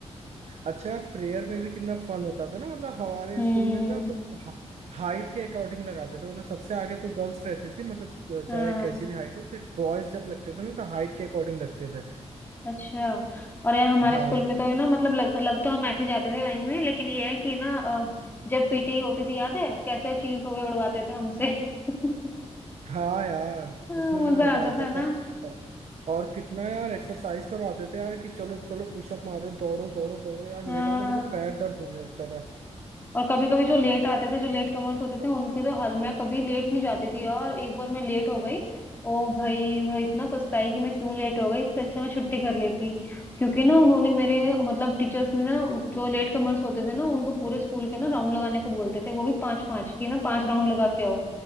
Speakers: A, on the right (about 75°); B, on the left (about 20°).
A: अच्छा प्रेयर में भी कितना फन होता था ना मतलब हमारे
B: हम्म
A: स्कूल में ना तो हा, हाइट के अकॉर्डिंग लगाते थे मतलब सबसे आगे तो गर्ल्स रहती थी मतलब
B: हाँ
A: चाहे कैसी भी हाइट हो फिर बॉयज जब लगते थे ना तो हाइट के अकॉर्डिंग लगते थे
B: अच्छा और यार हमारे
A: हाँ
B: स्कूल में तो है ना मतलब लग, लग तो हम ऐसे ही जाते थे लाइन में लेकिन ये है कि ना अ, जब पीटी होती थी याद है कैसे चील कौवे उड़वाते थे हमसे <laughs>
A: हाँ यार
B: हाँ,
A: उसमें
B: मजा
A: भी मजा
B: आता
A: आता
B: था ना
A: था औ- और कितना यार एक्सरसाइज करवाते थे यार कि चलो चलो पुशअप मारो दौड़ो दौड़ो दौड़ो यार मेरा
B: हाँ
A: तो मतलब पैर दर्द होने लगता था
B: और कभी कभी जो लेट आते थे जो लेट कमर्स होते थे उनकी तो हल मैं कभी लेट नहीं जाती थी यार एक बार मैं लेट हो गई ओ भाई मैं इतना पछताई कि मैं क्यों लेट हो गई इससे अच्छा मैं छुट्टी कर लेती क्योंकि ना उन्होंने मेरे मतलब टीचर्स ने ना जो लेट कमर्स होते थे ना उनको पूरे स्कूल के ना राउंड लगाने को बोलते थे वो भी पांच पांच की ना पांच राउंड लगा के आओ